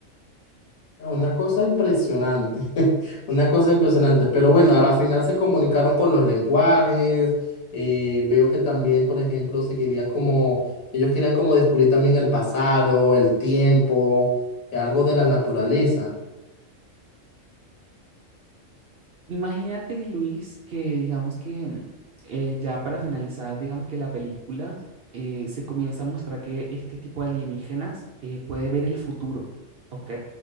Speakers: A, on the left (about 85°); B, on the right (about 60°).
A: Una cosa impresionante, <laughs> una cosa impresionante, pero bueno, a la final se comunicaron con los lenguajes, eh, veo que también, por ejemplo, se querían como, ellos querían como descubrir también el pasado, el tiempo, algo de la naturaleza.
B: Imagínate, Luis, que digamos que mm, eh, ya para finalizar, digamos que la película eh, se comienza a mostrar que este tipo de alienígenas eh, puede ver el futuro, ¿ok?